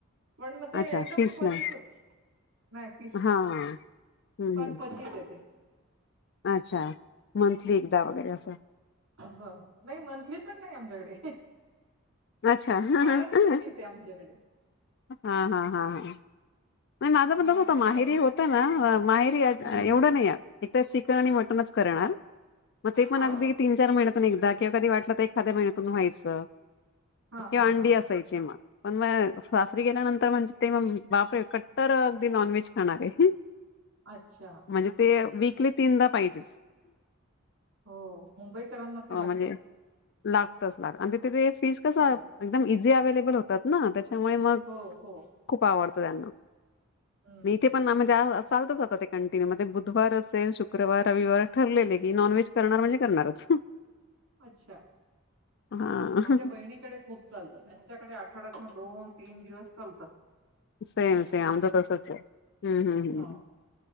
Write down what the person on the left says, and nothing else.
अच्छा
फिश
नाही.
हां.
हं,
हं.
अच्छा मंथली एकदा वगैरे असं
अच्छा हा
ह ह
हा हा हा हा नाही माझं
पण तस होत माहेरी
होत ना माहेरी एवढं
नाही आ एक तर शिक कन आणि मटनचं करणार म तेपण
अगदी तीनचार महिन्यात तून एकदा किंवा कधी वाटलं तर एखाद्या महिन्यातून व्हायचं
किंवा
अंडी
असायची म. पण मग सासरी गेल्यानंतर म्हंजे तेम बापरे कट्टर अगदी नॉनव्हेज खाणारे.
म्हंजेते वीकली तीनदा पाहिजेच.
अ
म्हंजे लागतच लाग आन तिथे फिश कस एकदम
इझी अवेलेबल होतातना त्याच्यामुळे मग
खूप आवड त त्यांना
म इथे पणना माज्या अ- चालतच आता ते कंटिन्यू मते बुधवार असेल शुक्रवार, रविवार ठरलेले की नॉनव्हेज करणार म्हणजे करणारच.
हा
सेम सेम आमचं तसचय हम्म हम्म हम्मम्.